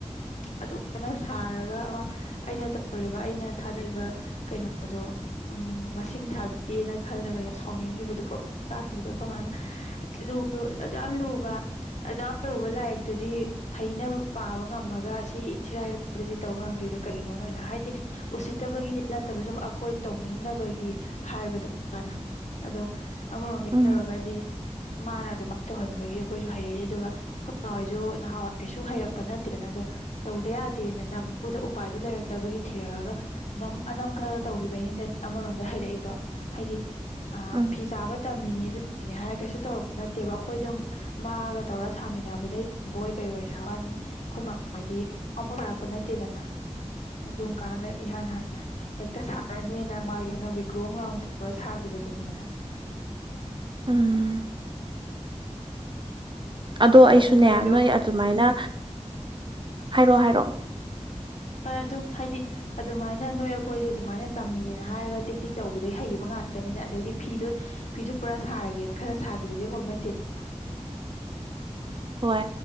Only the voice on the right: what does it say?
ꯎꯝ
ꯎꯝ ꯎꯝ
ꯎꯝ ꯑꯗꯣ ꯑꯩꯁꯨꯅꯦ
ꯅꯣꯏ ꯑꯗꯨꯃꯥꯏꯅ ꯍꯥꯏꯔꯛꯑꯣ ꯍꯥꯏꯔꯛꯑꯣ
ꯍꯣꯏ